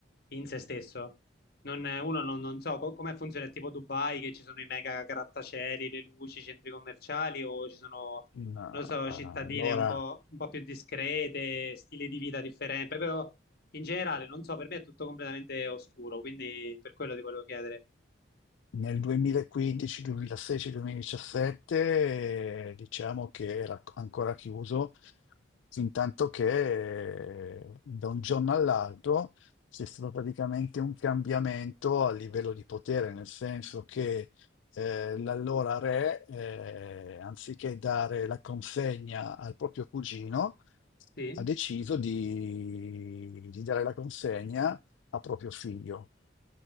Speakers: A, on the left (about 50°); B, on the left (about 80°).
A: in se stesso, non, uno non, non so co- come funziona, è tipo Dubai, che ci sono i mega grattacieli, le luci, i centri commerciali, o ci sono,
B: in, ah,
A: non lo so, cittadine
B: allora
A: un po', un po' più discrete, stili di vita differenti, proprio in generale, non so, per me è tutto completamente oscuro, quindi per quello ti volevo chiedere.
B: nel 2015, 2016, 2017 eh, diciamo che era ancora chiuso Intanto che eh, da un giorno all'altro c'è stato praticamente un cambiamento a livello di potere, nel senso che eh, l'allora re, eh, anziché dare la consegna al proprio cugino,
A: Sì?
B: ha deciso di, di dare la consegna a proprio figlio.